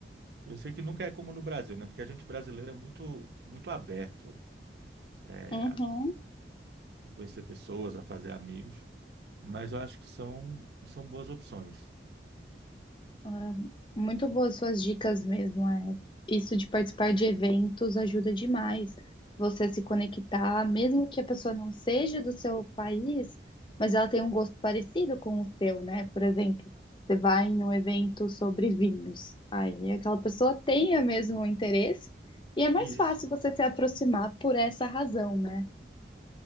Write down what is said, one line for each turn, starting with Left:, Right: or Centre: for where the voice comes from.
Right: Eu sei que nunca é como no Brasil, né? Porque a gente brasileiro é muito, muito aberto, eh,
Left: Uhum.
Right: a conhecer pessoas, a fazer amigos, mas eu acho que são, são boas opções.
Left: Ah, Muito boas suas dicas mesmo. É. Isso de participar de eventos ajuda demais você a se conectar, mesmo que a pessoa não seja do seu país, mas ela tem um gosto parecido com o seu, né? Por exemplo, você vai em um evento sobre vinhos, aí aquela pessoa tem o mesmo interesse e é mais
Right: É isso,
Left: fácil você se aproximar por essa razão, né?